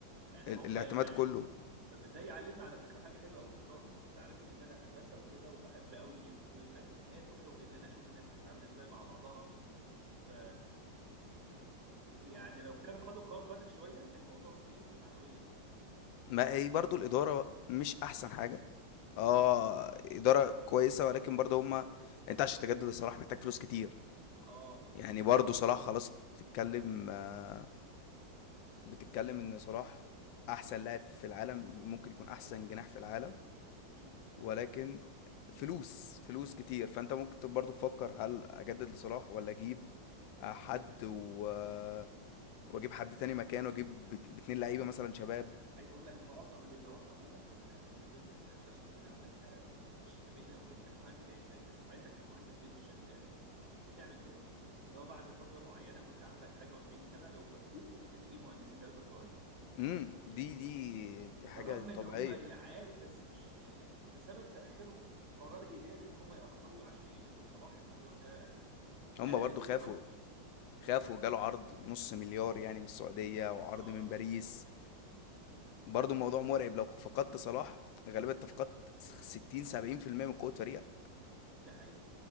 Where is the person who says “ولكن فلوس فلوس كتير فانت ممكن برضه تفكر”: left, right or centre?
Left